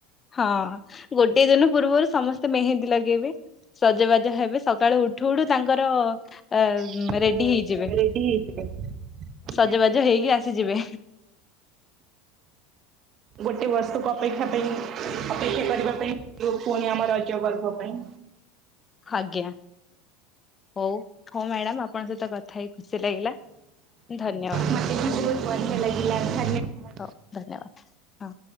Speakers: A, on the left; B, on the right.
A: ହଁ ଗୋଟିଏ ଦିନ ପୂର୍ବରୁ ସମସ୍ତେ ମେହେନ୍ଦୀ ଲଗେ ଗେଇବେ, ସଜବାଜ ହେବେ, ସକାଳୁ ଉଠୁ ଉଠୁ ତାଙ୍କର ଅ
B: ଆ
A: ରେଡି ହେଇଯିବେ
B: ରେଡି ହେଇଯିବେ। ନିହାତି
A: ସଜବାଜ
B: ଭାବରେ
A: ହେଇକି ଆସିଯିବେ
B: ଗୋଟେ ବର୍ଷକୁ ଅପେକ୍ଷା ପାଇଁ ଅପେକ୍ଷା କରିବା ପାଇଁ ପୁଣି ଆମର ରଜ ପର୍ବ ପାଇଁ
A: ଆଜ୍ଞା। ହଉ ହଉ ମ୍ୟାଡାମ ଆପଣଙ୍କ ସହିତ କଥା ଥା ହେଇ ଖୁସି ଲାଗିଲା ଧନ୍ୟବାଦ।
B: ମତେ ବି ବହୁତ ବଢିଆ ଲାଗିଲା ଧନ୍ୟବାଦ।
A: ହଉ ଧନ୍ୟବାଦ ହଁ।